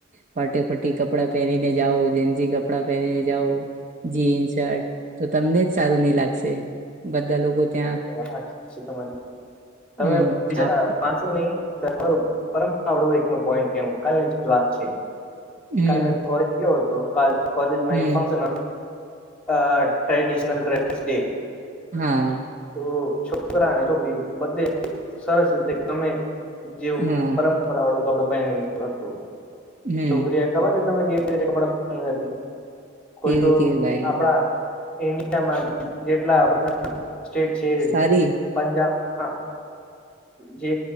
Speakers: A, on the right; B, in the centre.
A: પ્રીટી કપડાં પહેરીને જાઓ. જેન્ઝી કપડાં પહેરીને જાઓ. જીન્સ શર્ટ તો તમને જ સારું નહી લાગશે. બધા લોકો ત્યાં
B: વાત સાચી છે તમારી તમે
A: હમ
B: બીજા
A: આપ
B: પાંચ. નહી તમારું પરંપરાળું એક પોઈન્ટ કે કાલની વાત છે.
A: હમ
B: કા મે કોલેજ ગયો હતો કોલેજમાં
A: હમ
B: એક ફંક્શન અ ટ્રેડિશનલ ડ્રેસ ડે.
A: હા.
B: તો છોકરા ને છોકરી બધે સરસ રીતે ગમે. જેવું
A: હા
B: પરંપરાળું કડ પહે હતું
A: હમ
B: છોકરી ખબર તમે કેવી રીતે કપડા હતી? કોઈ
A: કેવી
B: તો
A: કેવી ભાઈ
B: આપડા ઇન્ડિયામાં જેટલા બધા સ્ટેટ છે એવી
A: સારી
B: રીતે પંજાબ, હા. જે